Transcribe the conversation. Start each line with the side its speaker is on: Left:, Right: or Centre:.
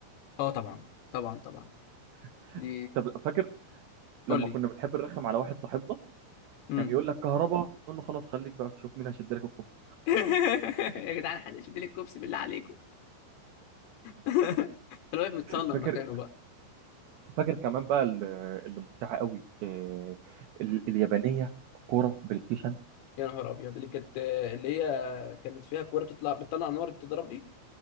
Left: اه طبعا طبعا طبعا
Right: <laughs>
Left: دي
Right: طب فاكر لما
Left: قول لي
Right: كنا بنحب نرخم على واحد صاحبنا
Left: مم.
Right: كان يقول لك كهربا نقول له خلاص خليك بقى تشوف مين هيشد لك الكوبس
Left: <laughs> يا جدعان حد يشد لي الكوبس بالله عليكم <laughs> كان واقف متصنم
Right: فاكر
Left: مكانه بقى
Right: فاكر كمان بقى ال- اللي ممتعه قوي آه، ال- اليابانيه كوره بلاي ستيشن
Left: يا نهار ابيض اللي كانت اللي هي كانت فيها كوره بتطلع بتطلع نار بتضرب دي